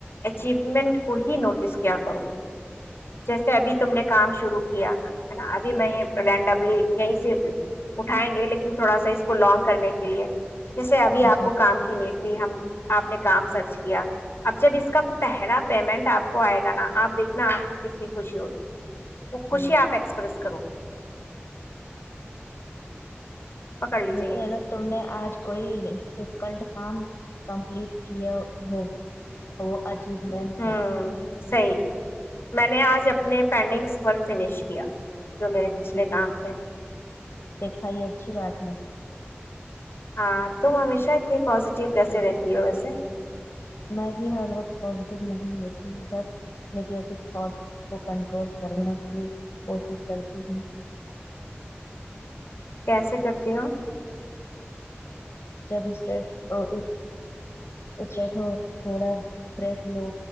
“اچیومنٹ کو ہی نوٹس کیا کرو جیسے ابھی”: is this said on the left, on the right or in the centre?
Left